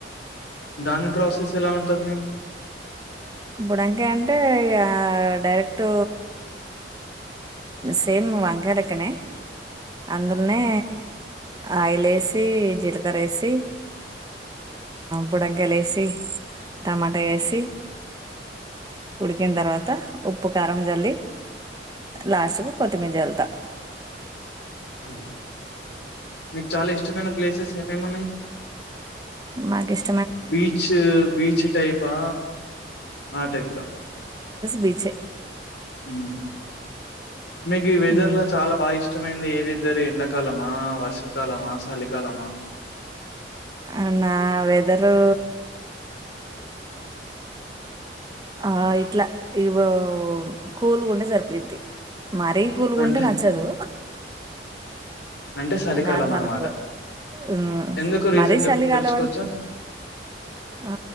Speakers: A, on the left; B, on the right.
A: దాని ప్రాసెస్ ఎలా ఉంటుంది
B: బుడంకాయ అంటే ఇ డైరెక్ట్ సేమ్ వంకాయలెక్కనే అందులోనే ఆయిల్ వేసి జీలకర్ర వేసి బుడంకాయలు వేసి టమాటా వేసి ఉడికిన తర్వాత ఉప్పు కారం జల్లి లాస్ట్కు కొత్తిమీరళ్తా
A: అ మీకు చాలా ఇష్టమైన ప్లేసెస్ ఏమేమి ఉన్నాయి
B: మ ఇష్
A: బీచ్ బీచ్ టైపా ఆ టైప్గా
B: బీచ్
A: అ మీకు ఈ వెదర్
B: ఉమ్.
A: లో చాలా బా ఇష్టమైంది ఏవి వెదరి ఎండాకాలమా, వర్షాకాలమా, చలికాలమా
B: అ న్నా వెదరు ఆ ఇట్లా ఇవిగో మ్ కూల్గ ఉంటే సరిపోయిద్ది మరీ కూలుగుంటే
A: అంటే
B: నచ్చదు
A: అంటే చలికాలం
B: నార్మల్
A: అనమాట.
B: కు ఊ
A: ఎందుకు రీజన్
B: మరీ
A: చెప్
B: చలి కాల
A: తెలుసుకోవచ్చా?
B: వ ఆ